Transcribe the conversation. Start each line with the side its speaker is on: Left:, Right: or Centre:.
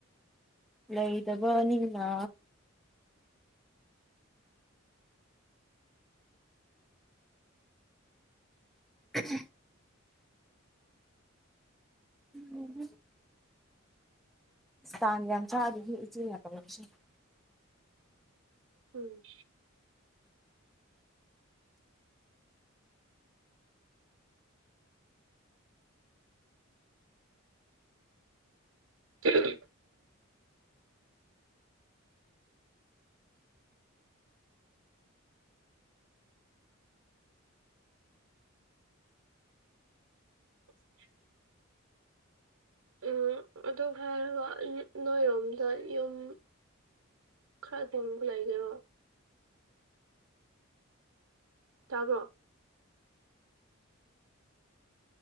Centre: ꯂꯩꯇꯕꯅꯤꯅ
Right: ꯍꯣꯏ
Centre: <unintelligible> ꯎꯝ ꯍꯨꯝ ꯏꯁ ꯇꯥꯟ ꯌꯥꯝ ꯆꯥꯗꯦꯍꯦ ꯏꯆꯦꯅꯥ ꯇꯧꯔꯛꯄꯁꯦ
Right: ꯎꯝ <unintelligible> <unintelligible> ꯎꯝ ꯑꯗꯨ ꯍꯥꯏꯔꯒ ꯅꯣꯏꯔꯣꯝꯗ ꯌꯨꯝ ꯈꯔ ꯍꯣꯡꯕ ꯂꯩꯒꯦꯔꯣ ꯇꯥꯕꯔꯣ